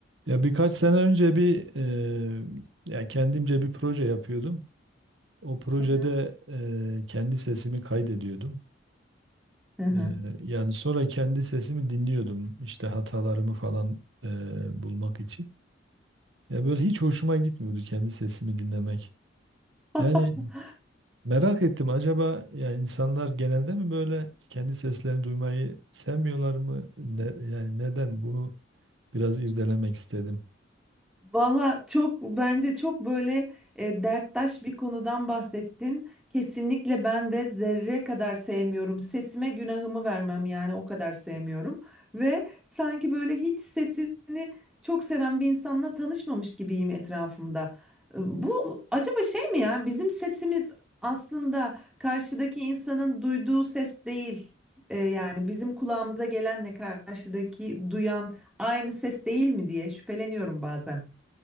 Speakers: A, on the right; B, in the centre.
A: Ya birkaç sene önce bir eee, ya kendimce bir proje yapıyordum. O projede
B: Hı hı.
A: eee, kendi sesimi kaydediyordum.
B: Hı hı.
A: Eee, yani sonra kendi sesimi dinliyordum işte hatalarımı falan eee, bulmak için. Ya böyle hiç hoşuma gitmiyordu kendi sesimi dinlemek.
B: <laughs>
A: Yani merak ettim acaba ya insanlar genelde mi böyle kendi seslerini duymayı sevmiyorlar mı? Ne- yani neden bunu biraz irdelemek istedim.
B: Valla çok bence çok böyle e, derttaş bir konudan bahsettin. Kesinlikle ben de zerre kadar sevmiyorum. Sesime günahımı vermem yani o kadar sevmiyorum. Ve sanki böyle hiç sesini çok seven bir insanla tanışmamış gibiyim etrafımda. E, Bu acaba şey mi ya bizim sesimiz aslında karşıdaki insanın duyduğu ses değil. E, yani bizim kulağımıza gelenle karşıdaki duyan aynı ses değil mi diye şüpheleniyorum bazen.